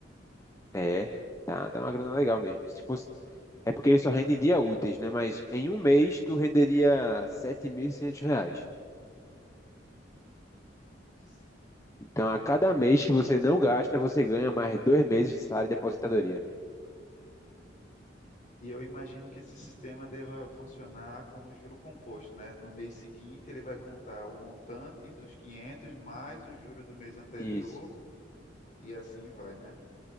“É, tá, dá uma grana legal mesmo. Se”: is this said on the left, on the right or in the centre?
Left